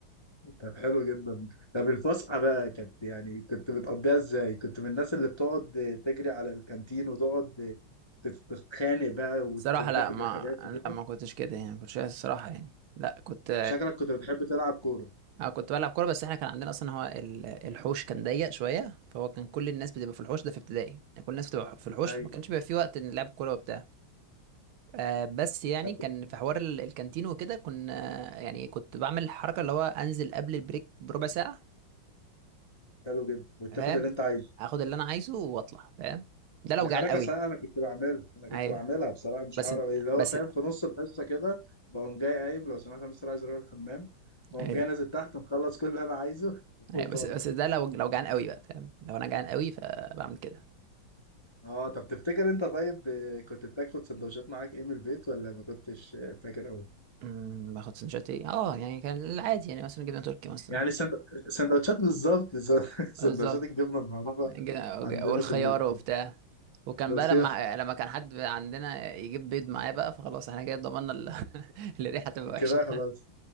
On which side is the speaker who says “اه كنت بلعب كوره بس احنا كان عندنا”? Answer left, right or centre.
Right